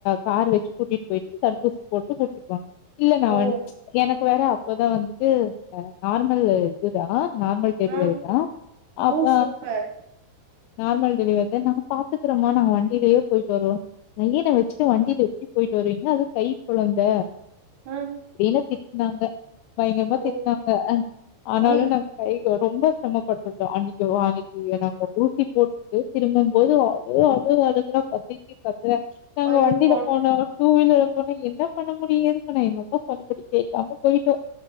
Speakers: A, on the left (about 80°); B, on the right (about 65°).
A: கார் வெச்சு கூட்டிட்டு போய்ட்டு தடுப்பூசி போட்டு கூட்டிட் வந் இல்ல நான்
B: ஓ!
A: எனக் வேற அப்பதா வந்துட்டு அ நார்மல் இதுதா நார்மல் டெலிவரி
B: ஆ,
A: தா அப்ப
B: ஓ! சூப்பர்.
A: நார்மல் டெலிவரி தா நாங்க பாத்துக்கறமா நாங்க வண்டிலயே போயிட்டு வறோ பையன வச்சுட்டு வண்டில எப்டி போய்ட்டு வருவீங்க அது கை கொழந்த
B: ஆ,
A: வீனாதி நாங்க பயங்கரமா
B: ஓ!
A: திட்னாங்க ஆனாலு
B: ஓ!
A: நாங்க கை ரொம்ப ஸ்ரமப்பட்டுடோ அன்னிக் யோ அன்னிக்கி நாங்க ஊசி போட்டு திரும்பம்போது அழு அழு அழு துற பசிக்கி கத்துற நாங்க
B: ஐயோ!
A: வண்டில
B: கொழந்தை
A: போன டூ வீலர் ல போன என்ன பண்ண முடியு ஏது பண்ண முடியு எங்க அம்மா சொன்னபடி கேக்காம போயிட்டோ